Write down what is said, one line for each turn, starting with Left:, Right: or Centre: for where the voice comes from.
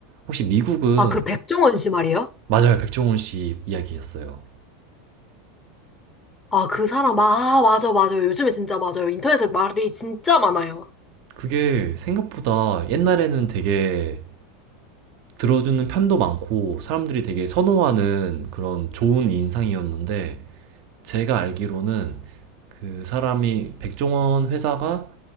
Right: 혹시 미국은,
Left: 아, 그 백종원 씨 말이에요?
Right: 맞아요. 백종원 씨 이야기였어요.
Left: 아, 그 사람, 아, 맞아, 맞아요. 요즘에 진짜 맞아요. 인터넷에 말이 진짜 많아요.
Right: 그게 생각보다 옛날에는 되게 들어주는 편도 많고 사람들이 되게 선호하는 그런 좋은 인상이었는데 제가 알기로는 그 사람이 백종원 회사가